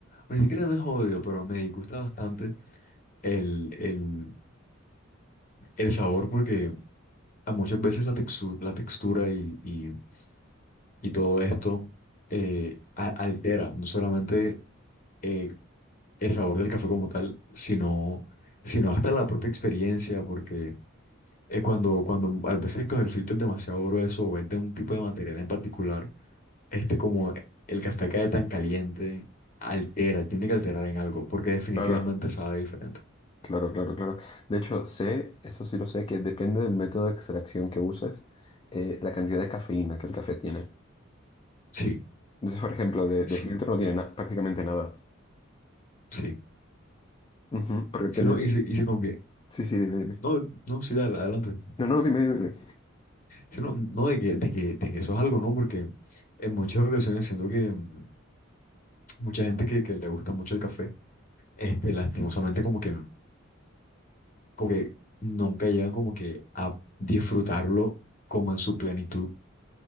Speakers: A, on the left; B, on the left.
A: o ni siquiera no es odio, pero me disgusta bastante el, el, el sabor porque a muchas veces la, texu- la textura y, y, y todo esto eh, a- altera, no solamente eh, el sabor del café como tal, sino, sino hasta la propia experiencia, porque eh, cuando, cuando a veces con el filtro es demasiado grueso o es de un tipo de material en particular, este como el café cae tan caliente, altera, tiene que alterar en algo, porque definitivamente
B: Claro,
A: sabe diferente.
B: claro, claro, claro. De hecho, sé, eso sí lo sé, que depende del método de extracción que uses, eh, la cantidad de cafeína que el café tiene.
A: Sí,
B: Entonces, por ejemplo, de, de
A: sí,
B: filtro no tiene na- prácticamente nada.
A: sí.
B: Ujú, Porque tenés...
A: Si no, y
B: es-
A: se, y se convierte.
B: Sí, sí, dime, dime.
A: No, no, sí, dale, adelante.
B: No, no, dime, dime. dime.
A: Si no, no de que, de que, de que eso es algo, ¿no? Porque en muchas ocasiones siento que mm, mucha gente que, que le gusta mucho el café, este, lastimosamente como que no, como que nunca llegan como que a disfrutarlo como en su plenitud,